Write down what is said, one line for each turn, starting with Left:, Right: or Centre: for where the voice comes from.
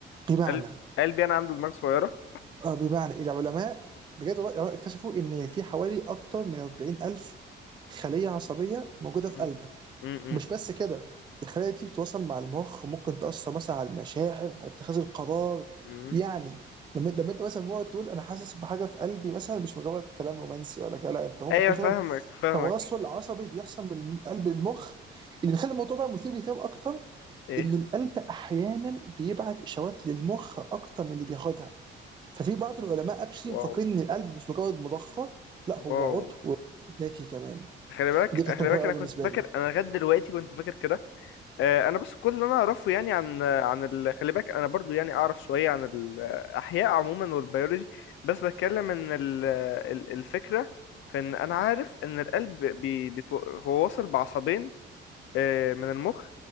Right: بمعنى
Left: قلب قلبي انا عنده دماغ صغيرة؟
Right: آه، بمعنى العلماء بجد والله اكتشفوا ان في حوالي اكتر من 40000 خليه عصبيه موجوده
Left: مم.
Right: في قلبك
Left: مم.
Right: ومش بس كده الخلايا دي بتتواصل مع المخ ممكن تاثر مثلا على المشاعر على اتخاذ القرار
Left: مم.
Right: يعني لما لما انت مثلا مقعد تقول انا حاسس بحاجه في قلبي مثلا مش مجرد كلام رومانسي ولا كده لا انت ممكن
Left: ايوه
Right: تكون
Left: فاهمك
Right: فعلا
Left: فاهمك
Right: تواصل عصبي بيحصل من الم- قلب للمخ اللي بيخلي الموضوع بقى مثير للاهتمام اكتر
Left: ايه؟
Right: ان القلب احيانا بيبعت اشارات للمخ اكتر من اللي بياخدها ففي بعض العلماء اكشلي
Left: واو
Right: مفكرين ان القلب مش مجرد مضخه لا هو
Left: واو
Right: عضو ذكي كمان
Left: خلي بالك
Right: دي كانت
Left: خلي
Right: مفاجاه
Left: بالك انا
Right: قوي
Left: كنت
Right: بالنسبه
Left: فاكر
Right: لي
Left: انا لغايه دلوقتي كنت فاكر كده آه، انا بس كل اللي انا اعرفه يعني عن عن ال... خلي بالك انا برضو يعني اعرف شويه عن الاحياء عموما والبيولوجي بس بتكلم ان ال... ال- الفكره في ان انا عارف ان القلب بي... بيتو... هو واصل بعصبين آه، من المخ